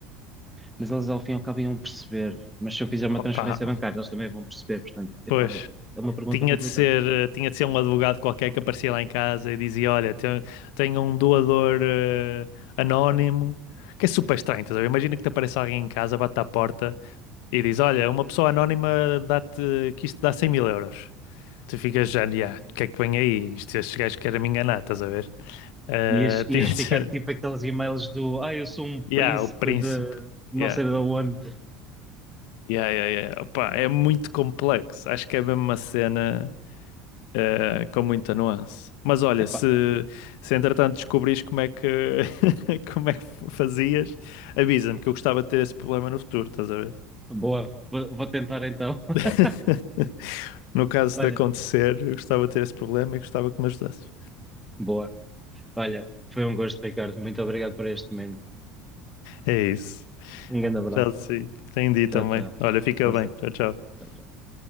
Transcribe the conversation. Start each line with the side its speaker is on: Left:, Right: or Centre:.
Centre: mas eles ao fim e ao cabo iam perceber. Mas se eu fizer uma
Left: opa,
Centre: transferência bancária, eles também vão perceber. Portanto, epá,
Left: pois.
Centre: é uma pergunta
Left: Tinha
Centre: complicada.
Left: de ser, eh, tinha de ser um advogado qualquer que aparecia lá em casa e dizia: Olha, tenho, tenho um doador eh, anónimo, que é super estranho, estás a ver? Imagina que te apareça alguém em casa, bate à porta e diz: Olha, uma pessoa anónima dá-te, que isto dá 100 mil euros. Tu ficas já, "Ya, o que é que vem aí? Isto, estes gajos querem me enganar, estás a ver? Eh,
Centre: Ias, ias
Left: <laughs> tinha de
Centre: ficar
Left: ser,
Centre: tipo aqueles e-mails do Ah, eu sou um
Left: yeah,
Centre: príncipe
Left: o príncipe.
Centre: de não
Left: Ya."
Centre: sei de onde.
Left: Yeah, yeah, yeah. Opá, é muito complexo. Acho que é mesmo uma cena eh, com muita nuance. Mas olha,
Centre: Epá,
Left: se, se entretanto descobrires como é que <laughs> como é que fazias, avisa-me que eu gostava de ter esse problema no futuro, estás a ver?
Centre: boa, vou, vou tentar então. <laughs>
Left: <laughs> No caso
Centre: Olha,
Left: de acontecer, eu gostava de ter esse problema e gostava que me ajudasses.
Centre: boa. Olha, foi um gosto, Ricardo. Muito obrigado por este momento.
Left: É isso.
Centre: Um grande abraço.
Left: Já sim. Entendi
Centre: Tchau,
Left: também.
Centre: tchau.
Left: Olha, fica
Centre: Força.
Left: bem. Tchau, tchau.
Centre: Tchau, tchau.